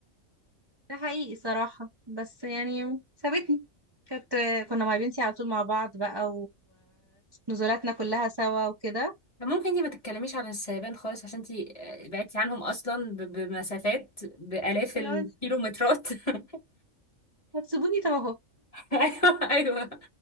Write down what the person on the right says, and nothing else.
ده حقيقي صراحه بس يعني سابتني كانت آه، كنا مع بنتي على طول مع بعض بقى ونزولاتنا كلها سوا وكده
اللي
هو
هتسيبوني طب اهو